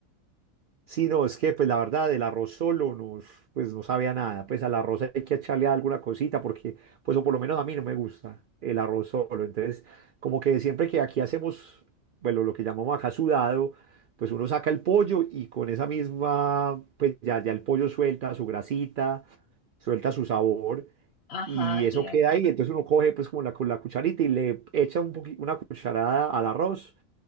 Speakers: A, on the right; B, on the left.
A: Sí, no, es que pues la verdad el arroz solo nos, pues no sabía nada, pues al arroz hay que echarle alguna cosita porque pues o por lo menos a mí no me gusta el arroz solo, entonces como que siempre que aquí hacemos, bueno, lo que llamamos acá sudado, pues uno saca el pollo y con esa misma, pues ya, ya el pollo suelta su grasita, suelta su sabor
B: Ajá,
A: y
B: así
A: eso
B: es.
A: queda ahí, entonces uno coge pues como la, con la cucharita y le echa un poqui- una cucharada al arroz